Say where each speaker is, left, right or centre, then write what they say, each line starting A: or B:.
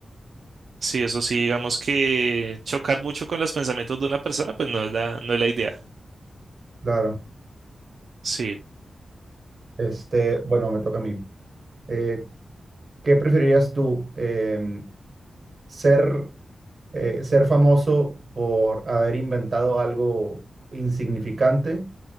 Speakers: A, on the right (about 70°); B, on the right (about 45°).
A: Sí, eso sí, digamos que chocar mucho con los pensamientos de una persona, pues no es la, no es la idea.
B: Claro.
A: Sí.
B: Este, bueno, me toca a mí. Eh, ¿Qué preferirías tú? Em, ser, eh, ser famoso por haber inventado algo insignificante